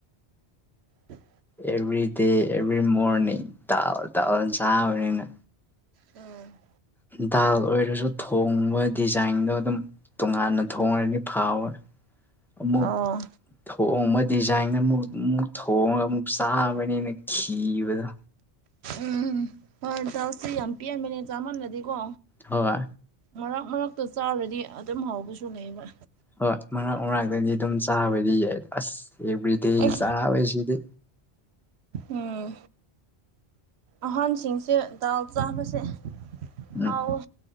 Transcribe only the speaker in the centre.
ꯑꯦꯚ꯭ꯔꯤ ꯗꯦ ꯑꯦꯚ꯭ꯔꯤ ꯃꯣꯔꯅꯤꯡꯜ ꯆꯕꯅꯤꯅ
ꯗꯥꯜ ꯑꯣꯏꯔꯁꯨ ꯊꯣꯡꯕ ꯗꯤꯖꯥꯏꯟꯗꯣ ꯑꯗꯨꯝ ꯇꯣꯉꯥꯟꯅ ꯊꯣꯡꯉꯔꯗꯤ ꯐꯥꯎꯋꯦ ꯑꯃꯨꯛ
ꯊꯣꯛ ꯃ ꯗꯤꯖꯥꯏꯟꯗ ꯑꯃꯨꯛ ꯑꯃꯨꯛ ꯊꯣꯡꯉꯒ ꯑꯃꯨꯛ ꯆꯥꯕꯅꯤꯅ ꯤꯕꯗꯣ
ꯍ
ꯍꯣꯏ ꯃꯔꯛ ꯃꯔꯥꯡꯛꯇꯅꯤ ꯑꯗꯨꯝ ꯆꯥꯕꯗꯤ ꯌꯥꯏ ꯑꯁ ꯑꯦꯕ꯭ꯔꯤꯗꯦ
ꯆꯥꯕꯣꯏ ꯁꯤꯗꯤ
ꯎꯝ